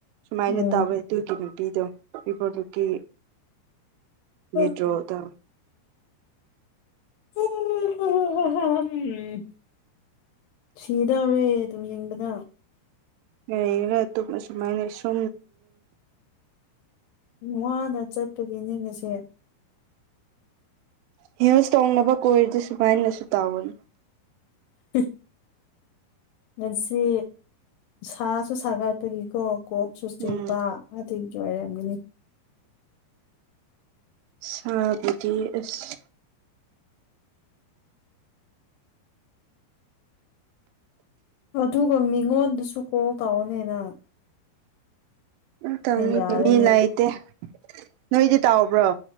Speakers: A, on the right (about 85°); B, on the left (about 80°).
A: ꯁꯨꯃꯥꯏꯅ
B: ꯎꯝ
A: ꯇꯧꯋꯦ ꯑꯗꯨꯒꯤ ꯅꯨꯄꯤꯗꯣ ꯏꯕꯣ ꯅꯨꯀꯤ
B: ꯎꯝ
A: ꯅꯇ꯭ꯔꯣꯗ
B: ꯎꯝ ꯁꯤꯗ ꯑꯔꯦ ꯇ ꯌꯦꯅ
A: ꯑꯦ ꯇꯨꯁꯨ ꯃꯥꯏꯅꯦ ꯁ
B: ꯋꯥꯅ ꯆꯠꯄꯒꯤ ꯅꯤꯡ ꯑꯁꯦ
A: ꯍꯤꯌꯁ ꯇꯣꯡꯅꯕ ꯀꯣꯏꯔꯗ ꯁꯨꯃꯥꯏꯅꯁꯨ ꯇꯥꯋꯟ
B: ꯎ ꯉꯟꯁꯤ ꯁꯥꯁꯨ ꯁꯥꯒꯠꯄꯒꯤꯀꯣ ꯀꯣꯛꯁꯨ ꯆꯦꯛꯄ
A: ꯎꯝ
B: ꯑ ꯊꯦꯡꯒꯤ ꯑꯣꯏꯔꯝꯒꯅꯤ
A: ꯁꯥꯕꯗꯤ ꯑꯁ
B: ꯑꯗꯨꯒ ꯃꯤꯉꯣꯟꯗꯨꯁꯨ ꯀꯣ ꯀꯥꯎꯑꯣꯅꯦꯅꯪ
A: ꯎ ꯇꯝ
B: ꯌꯥꯔꯗꯤ
A: ꯃꯤ ꯂꯩꯇꯦ ꯅꯣꯏꯗꯤ ꯇꯥꯎꯕ꯭ꯔꯣ